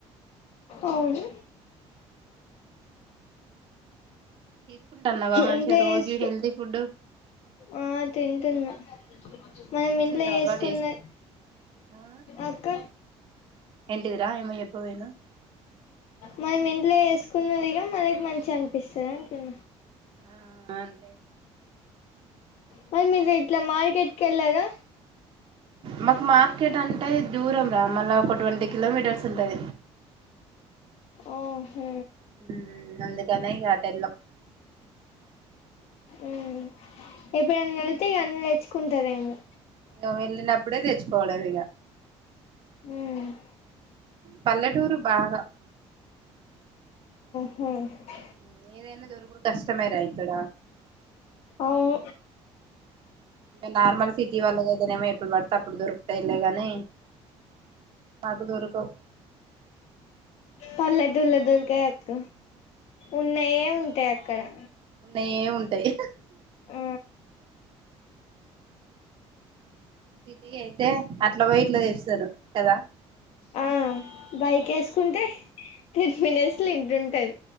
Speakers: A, on the left (about 65°); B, on the right (about 50°).
A: అవును
B: తీసుకుంటాన్నావా మంచిగా
A: ఇంట్లో
B: రోగీ
A: చేసుకు
B: హెల్తీ ఫుడ్
A: ఆ తింటున్నా మనం
B: ఎగ్స్
A: ఇంట్లో
B: అలవాటు
A: ఏసుకున్నే
B: చేసు ఆ
A: అక్క
B: ఏంటిదిరా ఏమో చెప్పబోయినవ్
A: మని ఇంట్లో చేసుకున్నదిగా మనకి మంచిగా అనిపిస్తది అంటున్న
B: ఆ అన్
A: మరి మీది ఇట్లా మార్కెట్కి ఏళ్ళారా
B: మాకు మార్కెట్ అంటే దూరం రా మల్ల ఒక ట్వంటీ కిలోమీటర్స్ ఉంటది.
A: ఓ హు
B: హ్మ్ మ్ అందుకనే ఇగ అటేలం
A: ఉమ్ ఎప్పుడన్నా అడిగితే ఇగ అన్ని తెచ్ కుంటరేమో
B: <unintelligible> వెళ్ళినప్పుడే తెచ్చుకోవడం ఇగ
A: హ్మ్
B: పల్లెటూరు బాగ
A: హ్మ్
B: మ్మ్ ఏదైన దొరుకుడు కష్టమేరా ఇక్కడ
A: అవ్వు
B: ఇగ నార్మల్ సిటీ వాళ్లకైతేనేమీ ఎప్పుడు పడితే అప్పుడు దొరుకుతాయ్ లేగాని మాకు దొరుకవు.
A: పల్లెటూర్లో దొరకై అక్క ఉన్నాయే ఉం తే అక్కడా
B: నే ఉంటాయి.
A: మ్
B: సిటీ అయితే అట్ల పోయి ఇట్ల తెస్తరు కదా
A: ఆ బైక్ ఏస్కుంటే టెన్ మినిట్స్లో ఇంటుంటది.